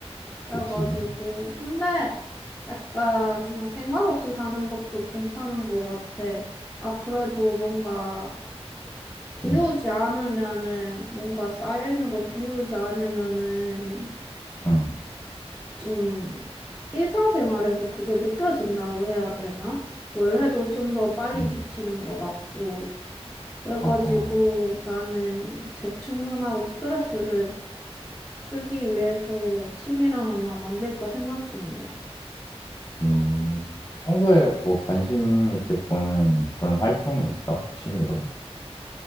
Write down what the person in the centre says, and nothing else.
그래가지고
근데 약간 그냥 생각 없이 사는 것도 괜찮은 것 같아. 아, 그래도 뭔가 비우지
않으면은 뭔가 쌓여있는 걸 비우지 않으면은
좀 일상생활에서 그게 느껴진다고 해야 되나? 뭘 해도 좀 더 빨리
지치는 것 같고 그래가지고
나는 재충전하고 스트레스를 풀기 위해서 취미를 하나 만들까 생각 중이야.